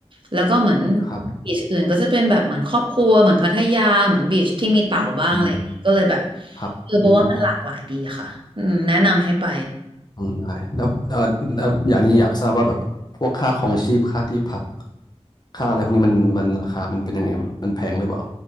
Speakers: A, on the right; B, on the left.
A: แล้วก็เหมือน
B: ครับ
A: บีชอื่นก็จะเป็นแบบเหมือนครอบครัวเหมือนพัทยาเหมือนบีชที่มีเต่าบ้างอะไรอย่างงี้ก็เลยแบบ
B: อืมครับอืม
A: เออบอกว่ามันหลากหลายดีค่ะอืมแนะนำให้ไป
B: อืมได้แล้วเออแล้วอย่างนี้อยากทราบว่าแบบพวกค่าครองชีพค่าที่พักค่าอะไรพวกนี้มันมันราคามันเป็นยังไงบ้างมันแพงหรือเปล่า